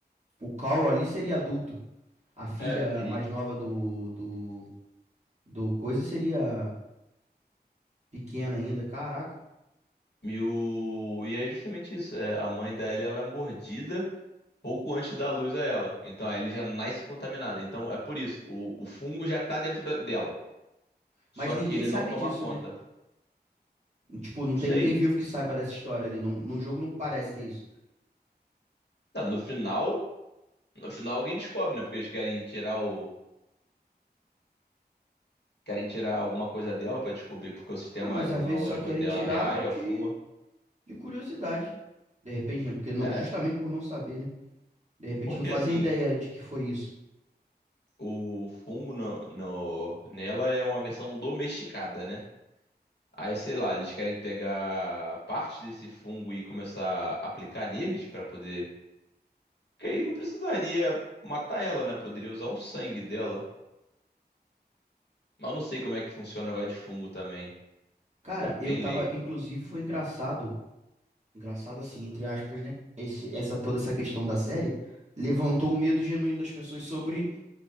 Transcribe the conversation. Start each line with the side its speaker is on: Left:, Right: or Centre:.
Right: o Carl ali seria adulto. A filha
Left: é, e,
Right: mais nova do, do, do coisa seria pequena ainda, caraca.
Left: e, o- e é justamente isso. é, a mãe da Ellie, ela é mordida pouco antes da luz a ela. Então a Ellie já nasce contaminada. Então é por isso, o, o fungo já tá dentro da- dela.
Right: Mas
Left: Só
Right: ninguém
Left: que ele
Right: sabe
Left: não toma
Right: disso,
Left: conta.
Right: né? Tipo, não
Left: Não
Right: tem
Left: sei.
Right: ninguém vivo que saiba dessa história ali. No, no jogo não parece ter isso.
Left: Não, no final, no final alguém descobre, né? Porque eles querem tirar o, querem tirar alguma coisa dela pra descobrir porque o sistema
Right: Ah, mas
Left: imunológico
Right: às vezes só querem
Left: dela
Right: tirar
Left: reage ao
Right: de,
Left: fungo.
Right: de curiosidade. De repente, né? Porque não-
Left: É,
Right: justamente por não saber, né? De repente
Left: porque
Right: não fazem
Left: assim,
Right: ideia de que foi isso.
Left: o fungo no, no- nela é uma versão domesticada, né? Aí, sei lá, eles querem pegar parte desse fungo e começar a aplicar neles pra poder. Porque aí não precisaria matar ela, né? Poderia usar o sangue dela. Mas eu não sei como é que funciona o negócio de fungo também.
Right: Cara,
Left: Sou bem
Right: eu tava,
Left: leigo
Right: inclusive, foi engraçado. Engraçado assim, entre aspas, né? Esse, essa toda essa questão da série levantou o medo genuíno das pessoas sobre